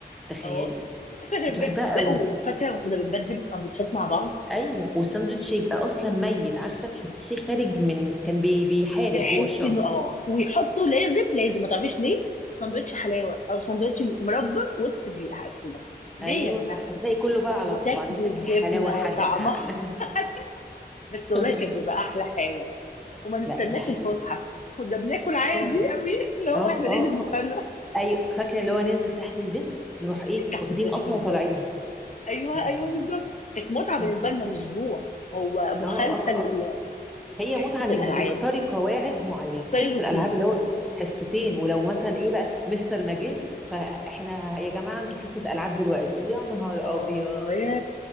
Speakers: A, in the centre; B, on the left.
A: تخيلي
B: اه <laughs>
A: كنت
B: بجد
A: بحبها
B: لا
A: قوي
B: وفاكره لما كنا بنبدل السندوتشات مع بعض
A: ايوه والساندوتش يبقى اصلا ميت عارفه تحسيه خارج من كان بي بيحارب
B: تحس
A: جوه الشنطه
B: انه اه ويحطوا لازم لازم ما تعرفيش ليه سندوتش حلاوه او سندوتش مربى وسط الحاجات كده ليه
A: ايوه
B: يا جماعه
A: صح فتلاقي كله بقى على
B: وتاكلي
A: بعض تاكلي
B: الجبنه
A: حلاوه حادقه
B: طعمها
A: على
B: <laughs> بس والله
A: <laughs>
B: كان بيبقى احلى حاجه وما نستناش
A: لا دي حقيقه
B: الفسحه كنا بناكل عادي
A: اه
B: قوي <laughs> اللي هو
A: اه
B: احنا
A: اه
B: لازم نستنى
A: اه ايوه فاكره اللي هو ننزل تحت الديسك نروح ايه
B: تحت
A: واخدين
B: الديسك
A: قطمه
B: بالظبط
A: وطالعين
B: ايوه
A: يا
B: ايوه
A: لهوي
B: بالظبط كانت متعه بالنسبه
A: ايه ده
B: لنا مش جوع هو مخالفه
A: اه اه
B: لل
A: اه هي
B: وحصه
A: متعه انك
B: الالعاب
A: بتكسري قواعد معينه
B: تكسري
A: حس
B: الروتين
A: الالعاب اللي هو حصتين ولو مثلا ايه بقى مستر ما جاش فاحنا يا جماعه انتوا حصه العاب دلوقتي يا نهار
B: اه
A: ابيض
B: يا